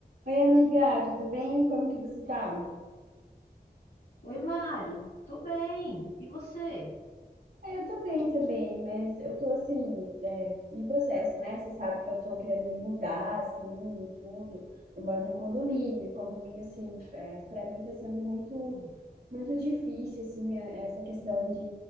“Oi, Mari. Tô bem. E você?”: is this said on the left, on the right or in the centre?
Left